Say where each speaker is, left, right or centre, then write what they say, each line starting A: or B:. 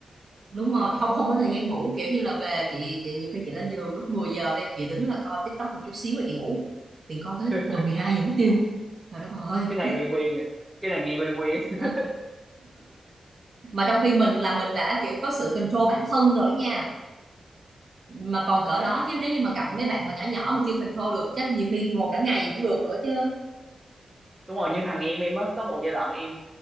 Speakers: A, on the right; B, on the right.
A: đúng rồi không không có thời gian ngủ kiểu như là về chị chị nhiều khi chị lên giường lúc 10 giờ đi chị tính là coi TikTok một chút xíu là chị ngủ thì coi tới
B: <laughs>
A: gần 12 giờ mất tiêu trời đất ơi
B: cái này quen quen à cái này nghe quen quen <laughs>
A: Đó. mà trong khi mình là mình đã kiểu có sự control bản thân rồi nha mà còn cỡ
B: dạ
A: đó chứ nếu như mà gặp mấy bạn mà nhỏ nhỏ mà chưa control được chắc nhiều khi ngồi cả ngày cũng được nữa chứ
B: đúng rồi như thằng em em á có một giai đoạn em